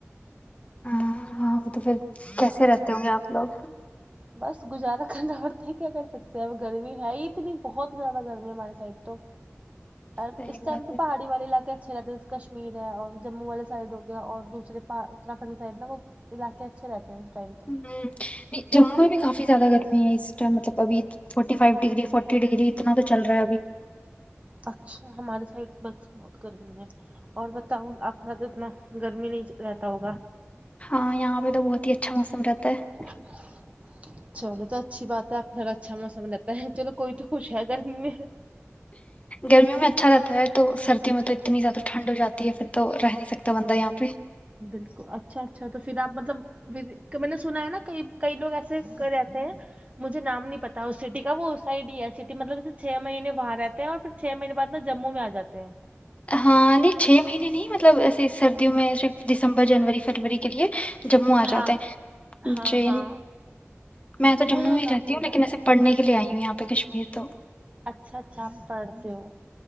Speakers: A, on the left; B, on the right.
A: ہاں ہاں وہ تو پھر کیسے رہتے ہوں گے آپ لوگ
B: بس گزارا کرنا پڑتا کیا کر سکتے ہیں اب گرمی ہے ہیت نہیں بہت زیاد کررد میں مارا ساہت تو ا
A: صحیح
B: اس
A: بات
B: ائم تو
A: ہے
B: پہای والے علاقے اچھے رہتے جس کشمیر ہے اور جموں والے سائڈ ہو گیا اور دوسرے پا اتراکھنڈ سائڈ نا وہ علاقے اچھے رہتے ہیں لنس ٹائم تو
A: ہوں جموں میں بھی کافی زیادہ گرمی ہے اس ٹائم مطلب ابھی forty five degree forty degree اتنا تو چل رہا ہے ابھی
B: اچھا ہمارے سائڈ بکس بہت گرمی ہے اور بتاؤں آنا کتنا گرمی نہیں رہتا ہوگا
A: ہاں یہاں پہ تو بہت اچھا موس رہتا ہے
B: <unintelligible> چلو تو اچھی بات ہے آپ کو تھڑا اچھاوسم رہتا ہے چلو کوئی تو خوش ہے گرمی میں
A: گرمی میں اچھا رہتا ہے تو سردیوں میں تو اتنی زیادہ ٹھنڈ ہو جاتی ہے پھر تو رہ نہیں سکتا بندہ یہاں پہ
B: بالکل اچھا اچھا تو پھر آپ مطلب میں نے سنا ہے نا کئی کئی لوگ ایسے رہتے ہیں مجھے نام نہیں پتا اس سٹی کا وہ اس سائڈ ہی ہے سٹی مطلب جیسے چھ مہینے وہاں رہتے ہیں اور پھر چھ مہینے بعد ن جموں میں آ جاتے ہیں
A: ہاں نہیں چھ مہینے نہیں مطلب ایسے سردیوں میں صرف دسمبر جنوری فروری کے لیے جموں آ جاتے
B: ہاں
A: ہیں
B: ہاں
A: جی
B: ہاں
A: میں تو
B: مجھے
A: جموں ہی
B: نام
A: رہتی
B: نہیں
A: ہوں لیکن
B: آتا
A: ایسے پڑھنے کے لیے آئی ہوں یہاں پ کشمیر تو
B: اچھا اچھا آپ پڑھتے ہو